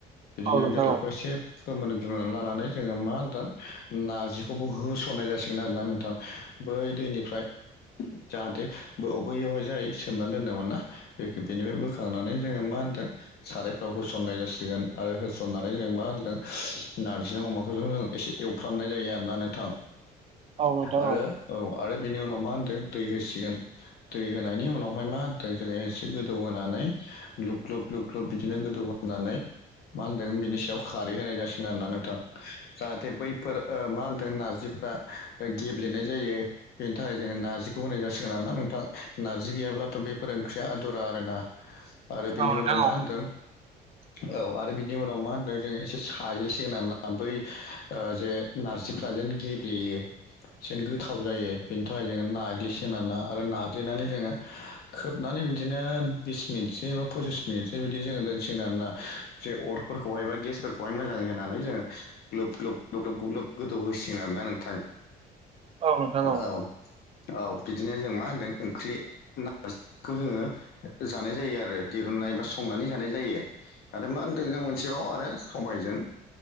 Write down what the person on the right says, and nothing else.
औ नोंथां
औ
औ नोंथां
औ
नोंथां
औ
<inaudible>
औ नोंथां